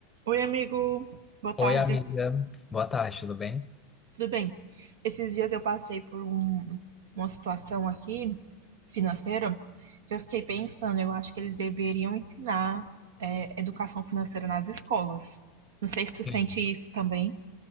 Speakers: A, on the right; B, on the left.
A: Oi, amigo. Boa tarde.
B: Oi, amiga. Boa tarde, tudo bem?
A: Tudo bem? Esses dias eu passei por um- uma situação aqui financeira que eu fiquei pensando, eu acho que eles deveriam ensinar é, educação financeira nas escolas. Não sei se
B: Sim,
A: tu sente isso também.